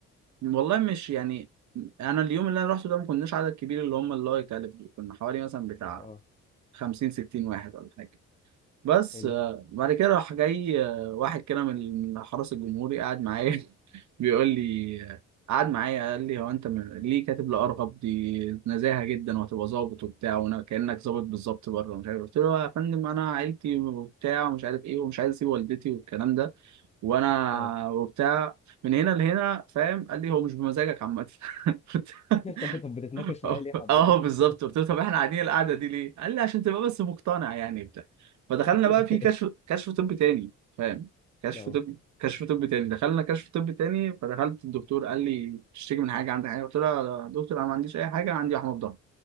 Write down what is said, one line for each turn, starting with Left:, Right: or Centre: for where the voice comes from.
Right: والله مش يعني انا اليوم اللي انا رحته ده ما كناش عدد كبير اللي هم اللايك الف دول كنا حوالي مثلا بتاع
Left: اه
Right: 50 60 واحد ولا حاجه بس
Left: حلو
Right: آه، بعد كده راح جاي آه، واحد كده من حرس الجمهوري قاعد معايا <laughs> بيقول لي آه، قعد معايا قال لي هو انت م- ليه كاتب لأرغب دي نزاهة جدا وهتبقى ظابط وبتاع وانا كأنك ظابط بالظبط بره مش عارف قلت له يا فندم انا عيلتي وبتاع ومش عارف ايه ومش عايز اسيب والدتي والكلام ده وانا
Left: اه
Right: وبتاع من هنا لهنا فاهم قال لي هو مش بمزاجك عامة <laughs>
Left: <laughs> طب طب بتتناقش
Right: اه
Left: معايا ليه حضرتك
Right: اه بالظبط قلت له طب احنا قاعدين القعده دي ليه؟ قال لي عشان تبقى بس مقتنع يعني بتاع فدخلنا
Left: <laughs>
Right: بقى في كشف كشف طب تاني فاهم؟ كشف
Left: اه
Right: طب كشف طب تاني دخلنا كشف طب تاني فدخلت الدكتور قال لي تشتكي من حاجه عندك حاجه قلت له يا دكتور انا ما عنديش اي حاجه انا عندي وحمض ضغط